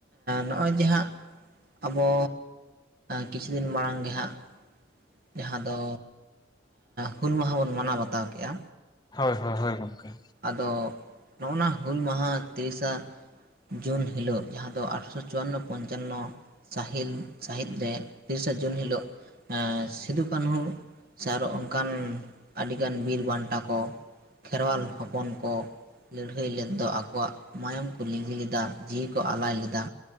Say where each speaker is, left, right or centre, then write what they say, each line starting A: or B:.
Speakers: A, on the right; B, on the left.
A: ᱱᱚᱜᱼᱚᱭ ᱡᱮ ᱦᱟᱸᱜ ᱟᱵᱚ ᱠᱤᱪᱷᱩ ᱫᱤᱱ ᱢᱟᱲᱟᱝ ᱜᱮ ᱦᱟᱸᱜ ᱡᱟᱦᱟᱸ ᱫᱚ ᱦᱩᱞ ᱢᱟᱦᱟ ᱵᱚᱱ ᱢᱟᱱᱟᱣ ᱵᱟᱛᱟᱣ ᱠᱮᱫᱼᱟ᱾
B: ᱦᱳᱭ, ᱦᱳᱭ, ᱦᱳᱭ, ᱜᱚᱢᱠᱮ᱾
A: ᱟᱫᱚ ᱱᱚᱜᱼᱚᱭ ᱱᱟᱣᱟ ᱦᱩᱞ ᱢᱟᱦᱟ ᱛᱤᱥᱟ ᱡᱩᱱ ᱦᱤᱞᱳᱜ, ᱡᱟᱦᱟᱸ ᱫᱚ ᱟᱴᱷᱨᱚᱥᱚ ᱪᱩᱣᱟᱱᱱᱚ ᱯᱚᱧᱪᱟᱱᱱᱚ ᱥᱟᱹᱦᱤᱞ ᱥᱟᱹᱦᱤᱫ ᱨᱮ ᱛᱤᱨᱤᱥᱟ ᱡᱩᱱ ᱦᱤᱞᱳᱜ ᱥᱤᱫᱩ-ᱠᱟᱹᱱᱦᱩ ᱥᱮ ᱟᱨᱚ ᱚᱱᱠᱟᱱ ᱟᱹᱰᱤᱜᱟᱱ ᱵᱤᱨ ᱵᱟᱱᱴᱟ ᱠᱚ, ᱠᱷᱮᱨᱣᱟᱞ ᱦᱚᱯᱚᱱ ᱠᱚ, ᱞᱟᱹᱲᱦᱟᱹᱭ ᱞᱮᱫ ᱫᱚ ᱟᱠᱚ ᱟᱠᱣᱟᱜ ᱢᱟᱭᱟᱢ ᱠᱚ ᱞᱤᱸᱜᱤ ᱞᱮᱫᱟ, ᱡᱤᱣᱤ ᱠᱚ ᱟᱞᱟᱭ ᱞᱮᱫᱟ,